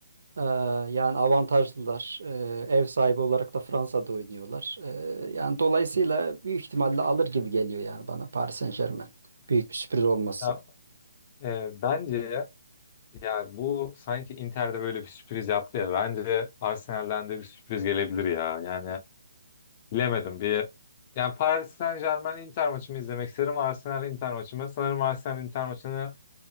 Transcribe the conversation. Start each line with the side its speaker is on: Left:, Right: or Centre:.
Right: Ee, yani avantajlılar. Ee, ev sahibi olarak da Fransa'da oynuyorlar. Ee, yani dolayısıyla büyük ihtimalle alır gibi geliyor yani bana Paris Saint-Germain. Büyük bir sürpriz olması.
Left: Ya, e, bence ya bu sanki Inter'de böyle bir sürpriz yaptı ya. Bence Arsenal'den de bir sürpriz gelebilir ya. Yani bilemedim bir yani Paris Saint-Germain Inter maçımı izlemek isterim. Arsenal Inter maçımı. Sanırım Arsenal Inter maçını